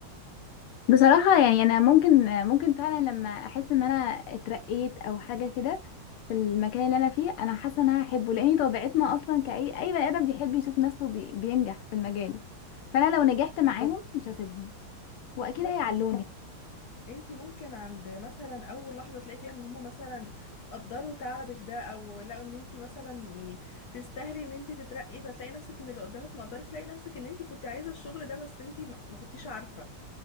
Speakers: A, on the left; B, on the left.
A: بصراحة يعني أنا ممكن ممكن فعلا لما أحس إن أنا اترقيت أو حاجة كده في المكان اللي أنا فيه أنا حاسة إن أنا هحبه لأن طبيعتنا أصلا كأي أي بني آدم بيحب يشوف نفسه بي... بينجح في المجال فأنا لو نجحت معاهم مش هسيبهم وأكيد
B: بالظبط
A: هيعلوني
B: انتي ممكن عند مثلا اول لحظه تلاقي فيها ان هما مثلا قدروا تعبك ده او لقوا ان انتي مثلا يعني تستاهلي ان انتي تترقي فتلاقي نفسك ان اللي قدامك مقدرك تلاقي نفسك ان انتي كنتي عايزه الشغل ده بس انتي ما ما كنتيش عارفه